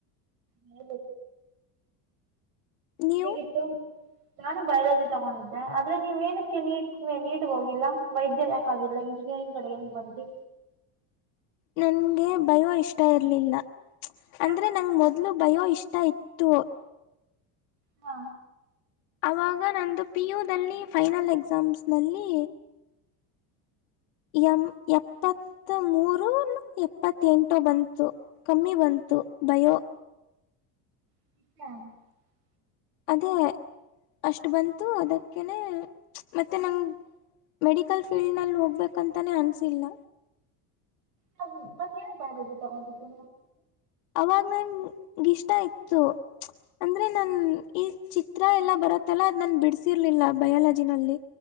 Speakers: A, on the right; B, on the left.
A: ಹ
B: ನೀವು
A: ಹೇಗಿತ್ತು ನಾನು ಬಯಾಲಜಿ ತಗೊಂಡಿದ್ದೆ ಆದ್ರೆ ನೀವ ಏನಕ್ಕೆ ನೀಟ್ ನೀಟ್ಗ ಹೋಗಿಲ್ಲ ವೈದ್ಯ ರ ಯಾಕಾಗಿಲ್ಲ ಇಂಜಿನಿಯರಿಂಗ್ ಕಡೆ ಏನ ಬಂದ್ರಿ
B: ನನ್ಗೆ ಬಯೋ ಇಷ್ಟ ಇರ್ಲಿಲ್ಲ ಅಂದ್ರೆ
A: ಯಾಕೆ
B: ನಂಗ ಮೊದ್ಲು ಬಯೋ ಇಷ್ಟ ಇತ್ ಟು
A: ಹಾ
B: ಅವಾಗ ನಂದು ಪಿ ಯು ದದಲ್ಲಿ ಫೈನಲ್ ಎಕ್ಸಾಮ್ಸ್ನಲ್ಲಿ ಎಂ ಎಪ್ಪತ್ ಮೂರು ಎಪ್ಪತ್ತ ಎಂಟು ಬಂತು ಕಮ್ಮಿ ಬಂತು ಬಯೋ
A: <unintelligible>
B: ಅದೇ ಅಷ್ಟು ಬಂತು ಅದಕ್ಕೇ ಮತ್ತೆ ನಂಗೆ ಮೆಡಿಕಲ್ ಫೀಲ್ಡ್ ನಲ್ಲಿ ಹೋಗ್ಬೇಕಂತಾನೇ ಅನಿಸಿಲ್ಲ
A: ಹಾಗ ಮತ್ತ ಏನಕ್ ಬಯಲಜಿ ತಗೊಂಡಿದ್ದು
B: ಅವಾಗ ನಂಗ ಇಷ್ಟ ಇತ್ತು ಅಂದ್ರೆ ನನ್ ಈ ಚಿತ್ರ ಎಲ್ಲಾ ಬರತ್ತಲ್ಲ ಅದ ನಾನ್ ಬಿಡ್ಸಿರ್ಲಿಲ್ಲ ಬಯಾಲಜಿನಲ್ಲಿ